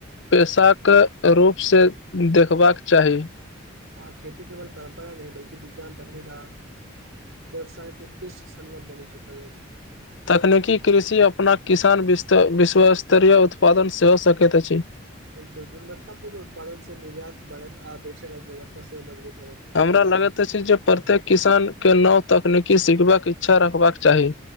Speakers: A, on the left; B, on the right.
A: पेशाकऽ रूपसँ देखबाक चाही
B: आ खेती केवल परम्परा नई बल्कि विज्ञान तकनीक आ व्यवसायिक उत्कृष्ट संगम बनी चुकल अछि
A: तकनीकी कृषि अपना किसान बिस्थ विश्वस्तरीय उत्पादन सेहो सकैत अछि
B: बिल्कुल गुणवत्तापूर्ण उत्पादनसे निर्यात बढ़ैत आ देशक अर्थव्यवस्था सेहो मजबूत होयत
A: हमरा लगेत अछि जे प्रत्येक किसान के नव तकनीकी सिखबाक इच्छा रखबाक चाही